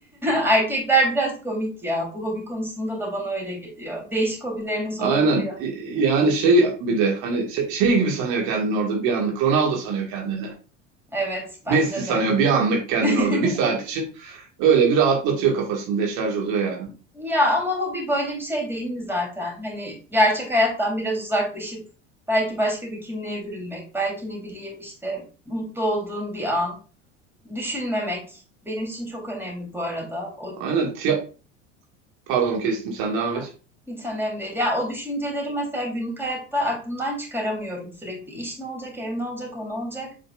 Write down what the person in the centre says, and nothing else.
Erkekler biraz komik ya. Bu hobi konusunda da bana öyle geliyor. Değişik hobileriniz olabiliyor.
Evet, bence
de.
<laughs>
Ya ama hobi böyle bir şey değil mi zaten? Hani gerçek hayattan biraz uzaklaşıp belki başka bir kimliğe bürünmek, belki ne bileyim işte mutlu olduğun bir an, düşünmemek benim için çok önemli bu arada. O
ha,
hiç önemli değil. Ya o düşünceleri mesela günlük hayatta aklımdan çıkaramıyorum sürekli. İş ne olacak, ev ne olacak, o ne olacak?